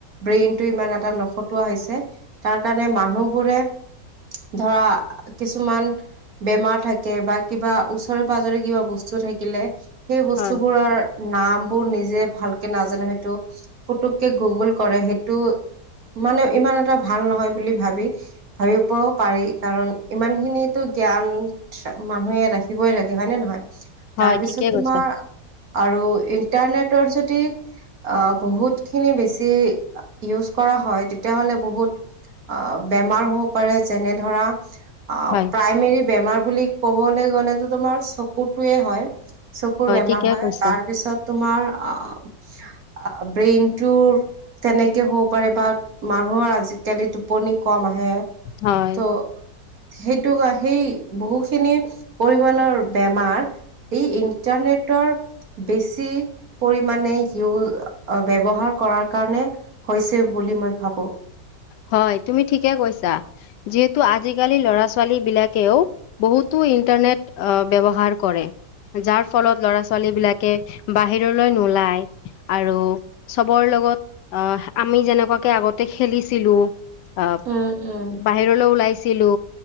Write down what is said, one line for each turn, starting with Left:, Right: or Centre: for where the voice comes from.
Right: ব্ৰেইন টো ইমান এটা নখটোৱা হৈছে তাৰ কাৰণে মানুহবোৰে ধৰা কিছুমান বেমাৰ থাকে বা কিবা ওচৰে পাজৰে কিবা বস্তু থাকিলে সেই বস্তুবোৰৰ
Left: হয়
Right: নাম বোৰ নিজে ভালকে নাজানে হয়তো পুতুককে গুগুল কৰে সেইটো মানে ইমান এটা ভাল নহয় বুলি ভাবি ভাবিবও পাৰি কাৰণ ইমান খিনিতো জ্ঞান মানুহে ৰাখিবই লাগে হয় নে নহয়।
Left: হয়
Right: তাৰপিছত
Left: ঠিকে
Right: তোমাৰ
Left: কৈছা
Right: আৰু ইণ্টাৰনেটৰ যদি আহ বহুতখিনি বেছি ইউজ কৰা হয় তেতিয়াহলে বহুত আহ বেমাৰ হ'ব পাৰে যেনে ধৰা অ
Left: হয়
Right: প্ৰাইমেৰী বেমাৰ বুলি ক'বলৈ গ'লেতো তোমাৰ চকুতয়ে হয় চকুৰ বেমাৰ
Left: ঠিকে
Right: হয়
Left: কৈছা
Right: তাৰ পিছত তোমাৰ আম ব্ৰেইন টো তেনেকে হ'ব পাৰে বা মানুহৰ আজিকালি টোপনি কম আহে। হে
Left: হয়
Right: ত সেইটো সেই বহুখিনি পৰিমণৰ বেমাৰ এই ইন্টাৰনেটৰ বেছি পৰিমানে ইউচ অ ব্যৱহাৰ কৰাৰ কাৰণে হৈছে বুলি মই ভাবো
Left: হয় তুমি ঠিকে কৈছা, যিহেতু আজিকালি লৰা ছোৱালী বিলাকেও বহুতো ইন্টাৰনেট ব্যৱহাৰ কৰে যাৰ ফলত লৰা ছোৱালী বিলাকে বাহিৰলৈ নোলায় আৰু চবৰ লগত আহ আমি যেনেকুৱাকে আগতে খেলিছিলো আহ
Right: উম উম
Left: বাহিৰলৈ ওলাইছিলো